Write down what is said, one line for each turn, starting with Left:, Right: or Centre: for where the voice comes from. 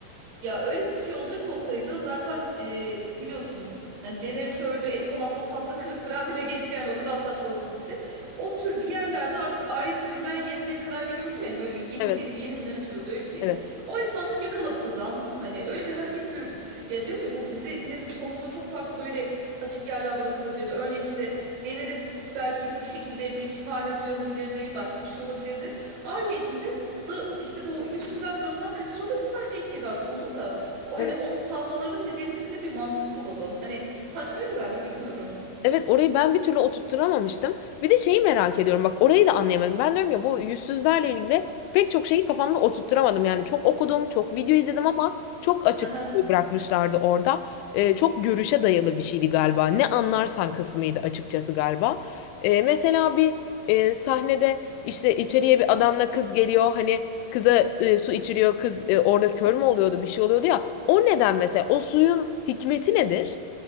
Right: Ya öyle bir şey olacak olsaydı zaten e, biliyorsun hani Daenerys öldü en son hatta tahta kırık Bran bile geçti yani o kadar saçmaladı dizi. O tür bir yerlerde artık Arya da dünyayı gezmeye karar veriyordu yani böyle bir gemisiyle
Left: Evet.
Right: bir yere mi ne açılıyordu öyle bir şeydi.
Left: Evet.
Right: O esnada yakala bu kızı anladın mı? Hani öyle bir hareket görürdük. Ya diyorum ya bu dizinin sonunda çok farklı böyle açık yerler bırakılabilirdi. Örneğin işte Daenerys belki bir şekilde bir şifanede uyanabilirdi başka bir şey olabilirdi. Arya için de da işte bu yüzsüzler tarafından kaçırıldığı bir sahne ekliyorlar sonuna da. O
Left: Evet.
Right: hani onun salmalarının nedenini de bir mantık bulalım. Hani saçmaydı bence bilmiyorum.
Left: Evet orayı ben bir türlü oturtturamamıştım. Bir de şeyi merak ediyorum bak orayı da anlayamadım. Ben diyorum ya bu yüzsüzlerle ilgili pek çok şeyi kafamda oturtturamadım. Yani çok okudum, çok video izledim ama çok açık
Right: <laughs>
Left: bırakmışlardı orada. Ee, çok görüşe dayalı bir şeydi galiba. Ne anlarsan kısmıydı açıkçası galiba. Ee, mesela bir e, sahnede işte içeriye bir adamla kız geliyor. Hani kıza e, su içiriyor. Kız e, orada kör mü oluyordu bir şey oluyordu ya. O neden mesela o suyun hikmeti nedir?